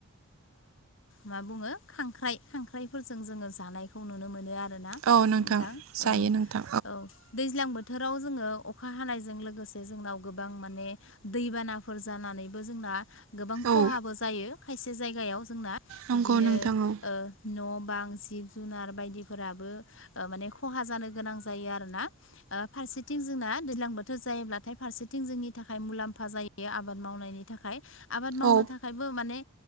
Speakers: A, on the left (about 60°); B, on the right (about 65°).
A: मा बुङो खांख्राइ खांख्राइफोर जों जोङो जानायखौ नुनो मोनो आरोना
B: औ
A: नोंथां
B: जायो
A: औ
B: नोंथां
A: औ। दैज्लां बोथोराव जोङो अखा हानायजों लोगोसे जोंनाव गोबां माने दैबानाफोर जानानैबो जोंना गोबां खहाबो
B: औ
A: जायो खायसे जायगायाव जोंना
B: नंगौ
A: इदिनो
B: नोंथां औ
A: ओ न' बां जिब जुनार बायदिफोराबो ओ माने खहा जानो गोनां जायो आरो ना। ओ फारसेथिं जोंना दैज्लां बोथोर जायोब्लाथाय फारसेथिं जोंनि थाखाय मुलाम्फा जायो। बे आबाद मावनायनि थाखाय। आबाद मावनो
B: औ
A: थाखायबो माने